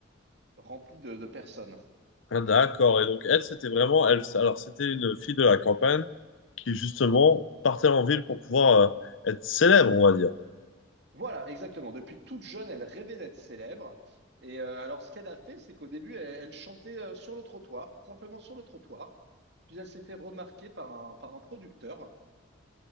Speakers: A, on the right; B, on the left.
A: remplies de, de personnes.
B: Ah, d'accord. Et donc elle, c'était vraiment, elle, alors c'était une fille de la campagne qui justement partait en ville pour pouvoir euh, être célèbre, on va dire.
A: Voilà, exactement. Depuis toute jeune, elle rêvait d'être célèbre. Et euh, alors, ce qu'elle a fait, c'est qu'au début, elle, elle chantait euh, sur le trottoir, simplement sur le trottoir. Puis elle s'est fait remarquer par un, par un producteur.